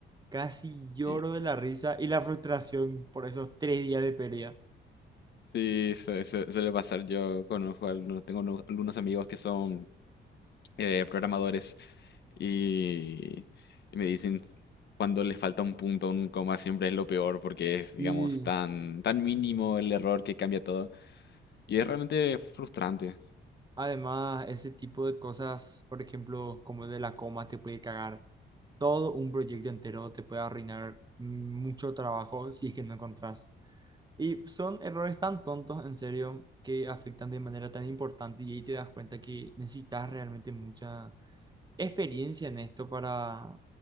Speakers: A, on the right; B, on the left.
A: Casi lloro
B: Y-
A: de la risa y la frustración por esos tres días de pérdida.
B: Sí, su- su- suele pasar. Yo conozco, algunos, tengo unos- algunos amigos que son eh, programadores y, y me dicen cuando les falta un punto, un coma, siempre es lo peor porque es, digamos,
A: Y
B: tan, tan mínimo el error que cambia todo. Y es realmente frustrante.
A: además, ese tipo de cosas, por ejemplo, como el de la coma, te puede cagar todo un proyecto entero, te puede arruinar mucho trabajo si es que no encontrás Y son errores tan tontos, en serio, que afectan de manera tan importante y ahí te das cuenta que necesitas realmente mucha experiencia en esto para,